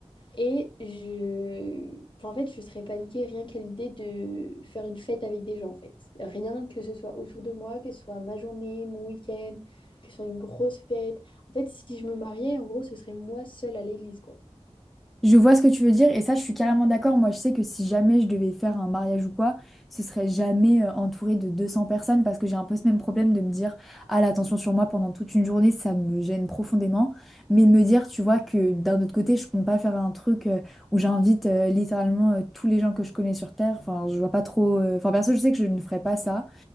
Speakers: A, on the left; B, in the centre.
A: Et je... enfin, en fait, je serais paniquée rien qu'à l'idée de faire une fête avec des gens, en fait. Rien que ce soit autour de moi, que ce soit ma journée, mon week-end, que ce soit une grosse fête. En fait, si je me mariais, en gros, ce serait moi seule à l'église, quoi.
B: Je vois ce que tu veux dire et ça, je suis carrément d'accord. Moi, je sais que si jamais je devais faire un mariage ou quoi, ce serait jamais euh, entouré de 200 personnes parce que j'ai un peu ce même problème de me dire, ah, l'attention sur moi pendant toute une journée, ça me gêne profondément. Mais de me dire, tu vois, que d'un autre côté, je compte pas faire un truc euh, où j'invite euh, littéralement euh, tous les gens que je connais sur Terre. Enfin, je vois pas trop. euh, Enfin, perso, je sais que je ne ferais pas ça.